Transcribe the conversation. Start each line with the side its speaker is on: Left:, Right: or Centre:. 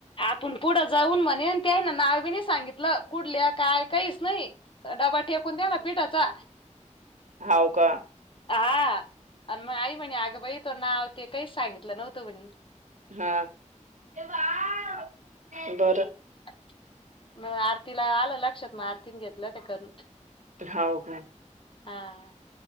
Left: आपण पुढं जाऊन म्हणे ते नावे नाही सांगितलं कुडल्या काय? काहीच नाही. डबा फेकून द्या. पीठाचा
Right: हावू का?
Left: हा आणि मग आई म्हणे आगं बाई नाव ते काहीच सांगतलं नव्हतं म्हणे.
Right: हा <unintelligible> बरं
Left: <unintelligible> आर तिला आलं लक्षात मग आरतीन घेतलं ते करू
Right: हावू काय?
Left: हा..